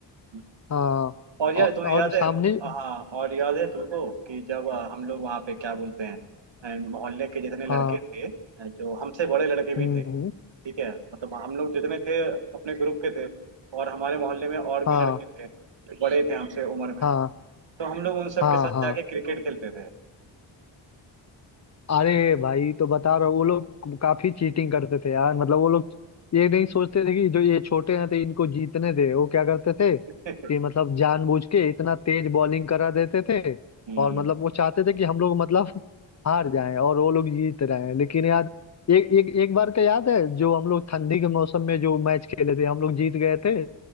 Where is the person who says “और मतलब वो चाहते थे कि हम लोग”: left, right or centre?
Left